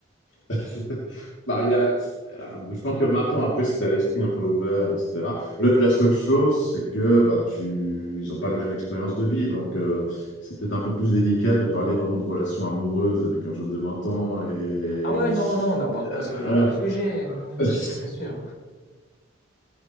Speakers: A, on the left; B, on the left.
A: <laughs> Bah, il y a- euh, je pense que maintenant, après, si tu as l'esprit un peu ouvert, etc., le- la seule chose, c'est que bah, tu, ils n'ont pas la même expérience de vie. Donc, euh, c'est peut-être un peu plus délicat de parler vraiment de relations amoureuses avec un jeune de 20 ans et
B: Ah ouais, non, non, on n'aborde pas ce
A: voilà.
B: genre de sujet. Non, non,
A: <laughs>
B: c'est sûr.